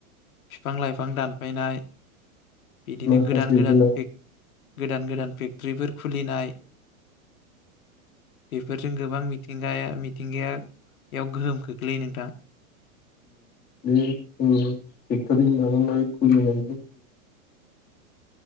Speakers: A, on the left; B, on the left.
A: बिफां लाइफां दानफायनाय बिदिनो
B: माखासे
A: गोदान गोदान
B: जुनार
A: पेग गोदान गोदान फेक्ट'रिफोर खुलिनाय बेफोरजों गोबां मिथिंगाया मिथिंगायाव गोहोम खोख्लैयो नोंथां
B: बे ओ फेक्ट'रिं माबा माबि खुलिनाय